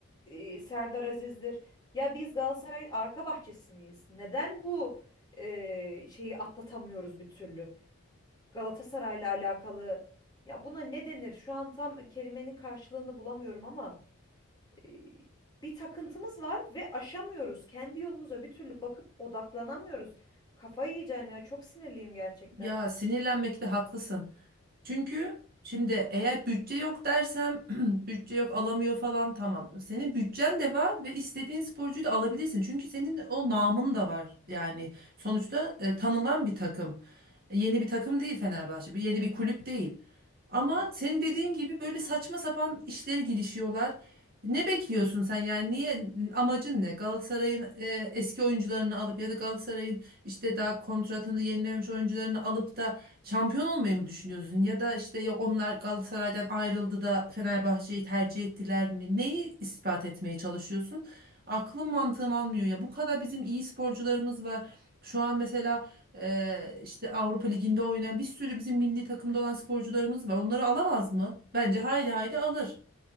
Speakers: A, on the left; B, on the right.
A: e, Serdar Aziz'dir. Ya biz Galatasaray'ın arka bahçesi miyiz? Neden bu e, şeyi atlatamıyoruz bir türlü? Galatasaray'la alakalı. Ya buna ne denir? Şu an tam kelimenin karşılığını bulamıyorum ama e, bir takıntımız var ve aşamıyoruz. Kendi yolumuza bir türlü bakıp odaklanamıyoruz. Kafayı yiyeceğim ya çok sinirliyim gerçekten.
B: Ya sinirlenmekte haklısın. Çünkü şimdi eğer bütçe yok dersem <clears throat> bütçe yok alamıyor falan tamam. Senin bütçen de var ve istediğin sporcuyu da alabilirsin. Çünkü senin o namın da var. Yani sonuçta e, tanınan bir takım. Yeni bir takım değil Fenerbahçe. Bir yeni bir kulüp değil. Ama senin dediğin gibi böyle saçma sapan işleri girişiyorlar. Ne bekliyorsun sen yani niye amacın ne? Galatasaray'ın e, eski oyuncularını alıp ya da Galatasaray'ın işte daha kontratını yenilememiş oyuncularını alıp da şampiyon olmayı mı düşünüyorsun? Ya da işte yok onlar Galatasaray'dan ayrıldı da Fenerbahçe'yi tercih ettiler mi? Neyi ispat etmeye çalışıyorsun? Aklım mantığım almıyor ya. Bu kadar bizim iyi sporcularımız var. Şu an mesela ee, işte Avrupa Ligi'nde oynayan bir sürü bizim milli takımda olan sporcularımız var. Onları alamaz mı? Bence haydi haydi alır.